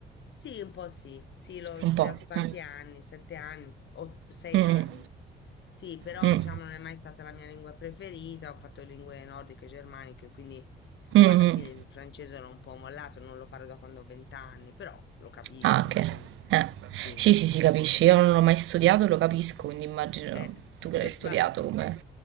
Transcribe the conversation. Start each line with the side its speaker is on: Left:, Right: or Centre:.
Left: Sì, un po' sì, sì, l'ho
Right: un
Left: studiato
Right: po'.
Left: tanti
Right: Mh.
Left: anni, sette anni o sei
Right: Sì. Mh,
Left: anni. Sì, però
Right: mh,
Left: diciamo non è mai stata la mia lingua preferita, ho fatto lingue nordiche e germaniche, quindi
Right: mh,
Left: poi
Right: mh.
Left: alla fine il francese l'ho un po' mollato, non lo parlo da quando ho vent'anni, però lo capisco,
Right: Ah, okay.
Left: insomma.
Right: Eh.
Left: Sì,
Right: Sì, sì, si capisce. Io non l'ho mai studiato, lo capisco, quindi immagino
Left: eh,
Right: tu che l'hai
Left: <laughs>
Right: studiato
Left: va,
Right: come